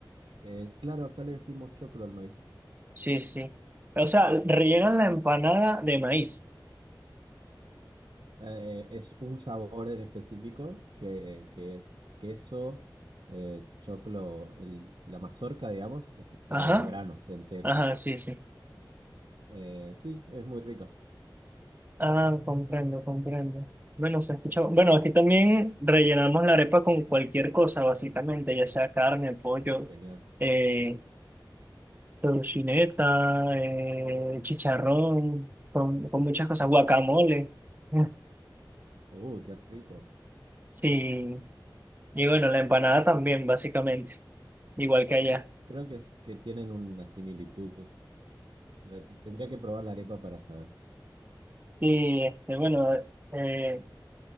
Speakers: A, on the right (about 85°); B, on the right (about 25°).
A: Eh, claro, acá le decimos choclo al maíz.
B: Sí, sí. O sea, rellenan la empanada de maíz.
A: Eh, eh, es un sabor en específico que, que es queso, eh, choclo, el- la mazorca, digamos, eh, que- pero
B: Ajá,
A: los granos enteros.
B: ajá, sí, sí.
A: Eh, sí, es muy rica.
B: Ah, comprendo, comprendo. Bueno, se escucha. Bueno, aquí también rellenamos la arepa con cualquier cosa, básicamente, ya sea carne, pollo,
A: Genial.
B: eh, tocineta, eh, chicharrón, con, con muchas cosas, guacamole. Mm.
A: Uy, qué rico.
B: Sí, y bueno, la empanada también, básicamente, igual que allá.
A: Creo que, es, que tienen una similitud. La te- tendría que probar la arepa para saber.
B: Y este, bueno, eh,